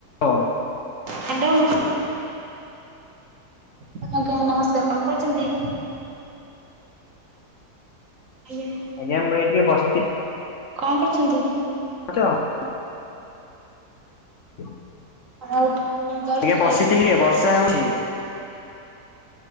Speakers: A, on the left; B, on the right.
A: ହଁ।
B: ହାଲୋ। ହ ଆଜ୍ଞା ନମସ୍କାର କଅଁ କରୁଚନ୍ତି? ଆଜ୍ଞା।
A: ଆଜ୍ଞା ମୁଁ ଏ ଟିକେ ବସିିଚି
B: କଅଁ କରୁଚନ୍ତି?
A: ଆଛା <unintelligible> ହୁଁ <unintelligible>
B: ଆଉ <unintelligible> କରୁଥିଲେ?
A: ଆଜ୍ଞା ବସିଥିଲି କି ବର୍ଷା ହଉଛି।